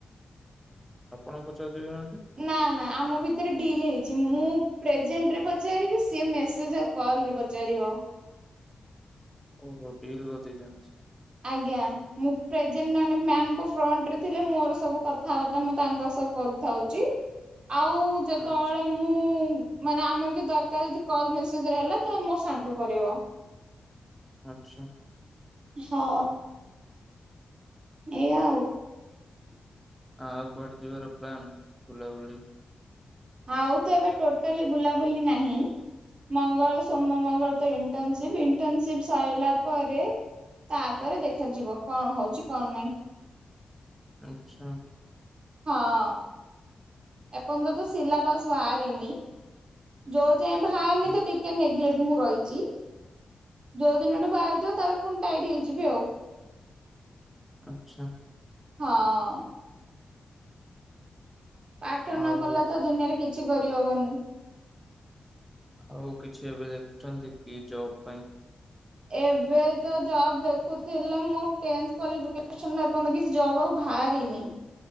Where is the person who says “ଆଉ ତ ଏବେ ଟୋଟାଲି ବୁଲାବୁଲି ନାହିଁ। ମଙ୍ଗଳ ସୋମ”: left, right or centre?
Right